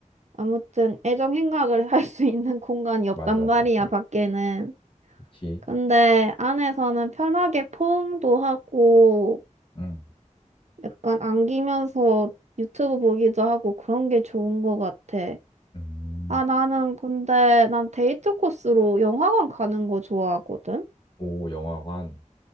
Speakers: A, on the right; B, on the left.
A: 아무튼 애정 행각을 <laughs> 할 수 있는 공간이 없단
B: 맞아,
A: 말이야,
B: 맞아.
A: 밖에는.
B: 그치.
A: 근데 안에서는 편하게 포옹도 하고,
B: 음,
A: 약간 안기면서 유튜브 보기도 하고 그런 게 좋은 것 같아.
B: 음.
A: 아, 나는 근데 난 데이트 코스로 영화관 가는 거 좋아하거든?
B: 오, 영화관.